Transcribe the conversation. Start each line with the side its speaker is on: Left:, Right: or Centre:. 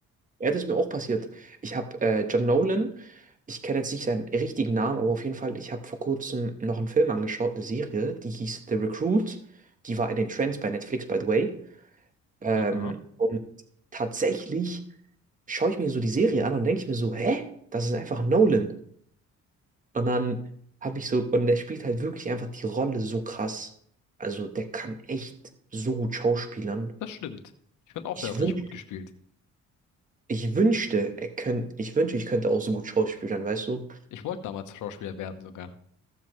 Right: Ja, das ist mir auch passiert. Ich habe äh, John Nolan, ich kenne jetzt nicht seinen richtigen Namen, aber auf jeden Fall, ich habe vor kurzem noch einen Film angeschaut, eine Serie, die hieß The Recruit. Die war in den Trends bei Netflix, by the way. Ähm,
Left: Aha,
Right: und tatsächlich schaue ich mir so die Serie an und denke ich mir so, hä? Das ist einfach Nolan. Und dann habe ich so, und der spielt halt wirklich einfach die Rolle so krass. Also der kann echt so gut schauspielern.
Left: das stimmt. Ich fand auch,
Right: Ich
Left: der hat
Right: wünsch,
Left: richtig gut gespielt.
Right: ich wünschte, er könnt, ich wünschte, ich könnte auch so gut schauspielern, weißt du?
Left: Ich wollte damals Schauspieler werden sogar.